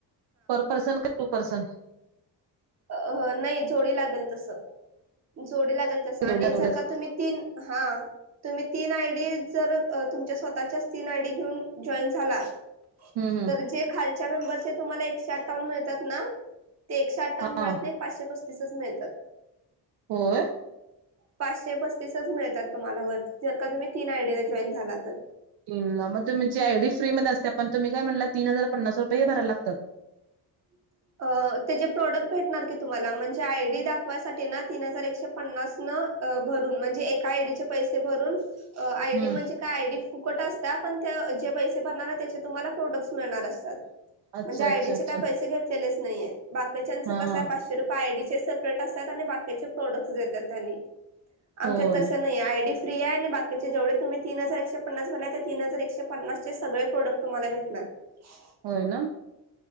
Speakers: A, on the right (about 70°); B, on the right (about 40°).
A: पर परर्सन काय टू परसन?
B: अ नाही जोडी लागल तसं जोडी लागलं तसं आणि
A: तेवढ्या तेवढ्याच
B: जर का तुम्ही तीन हां तुम्ही तीन आयडी डी जर तुमच्या स्वतःच्या च तीन आयडी घेऊन जॉईन झाला
A: हम्म हम्म
B: तर जे खालच्या मेंबर चे तुम्हाला एकशे अठ्ठावन मिळतात ना ते एकशे अठ्ठा ठ्ठावन मिळत
A: हा
B: नाही पाचशे पस्तीसच मिळतात.
A: होय?
B: पाचशे पस्तीसच मिळतात तुम्हाला वरती जर का तुम्ही तीन आयडीला जॉईन झाला तर
A: तीन ला मग तुमची आयडी फ्री मध्ये असते पण तुम्ही काय म्हणला तीन हजार पन्नास रुपये हे भराय लागतात.
B: <inaudible> अ त्याजे प्रोडक्ट भेटणार की तुम्हाला म्हणजे आयडी दाखवायसाठी ना तीन हजार एकशे पन्नास न अ भरून म्हणजे एका आयडी चे पैसे भरून अ आयडी
A: हम्म.
B: म्हणजे काय आयडी फुकट अस त्या पण त्या जे पैसे भरणार त्याचे तुम्हाला प्रोडक्ट मिळणार असतात.
A: अच्छा
B: म्हणजे आयडी
A: अच्छा
B: चे
A: अच्छा
B: काय पैसे घेतलेलेच नाहीेयेत बाकीच्यांच
A: हा
B: कस
A: हा
B: पाचशे रुपये आयडी चे सेप्रेट असतात आणि बाकीचे प्रॉडक्ट्स देतात तेनी आमच्यात
A: होय
B: तसं नाहीये आयडी फ्री आणि बाकीचे जेवढे तुम्ही तीन हजार एकशे पन्नास भरला त्या तीन हजार एकशे पन्नासचे सगळे प्रोडक्ट तुम्हाला भेटणार. <inaudible>
A: होय ना?